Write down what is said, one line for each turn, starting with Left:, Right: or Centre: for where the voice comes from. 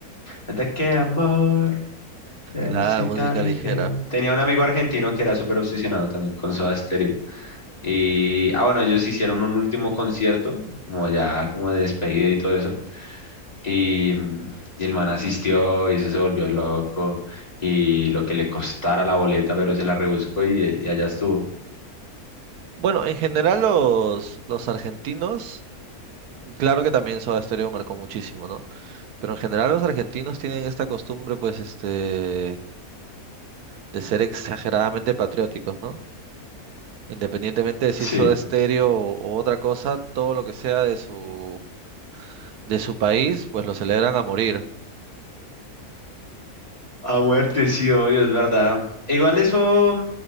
Left: de aquel amor, de
Right: La
Left: música
Right: música
Left: ligera.
Right: ligera.
Left: Tenía un amigo argentino que era súper obsesionado también con Soda Stereo. Y, ah, bueno, ellos hicieron un último concierto, como ya, como de despedida y todo eso. Y, mm, y el man asistió y eso se volvió loco y lo que le costara la boleta, pero se la rebuscó y, y allá estuvo.
Right: Bueno, en general los, los argentinos, claro que también Soda Stereo marcó muchísimo, ¿no? Pero en general los argentinos tienen esta costumbre, pues, este, de ser exageradamente patrióticos, ¿no? Independientemente de si
Left: Sí.
Right: es Soda Stereo o, o otra cosa, todo lo que sea de su, de su país, pues lo celebran a morir.
Left: A muerte, sí, obvio, es verdad. E igual eso,